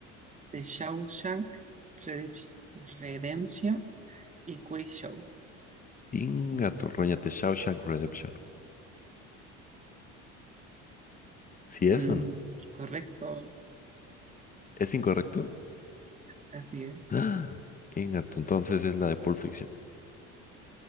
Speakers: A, on the right (about 25°); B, on the left (about 30°).
A: The Shawshank Redemp- Redemption y Quiz Show.
B: Inga tu roñate, Shawshank Redemption. ¿Sí es
A: Mm,
B: o no?
A: correcto,
B: ¿Es incorrecto? <gasps>
A: así es.
B: Ah, Inga tu, entonces es la de Pulp Fiction.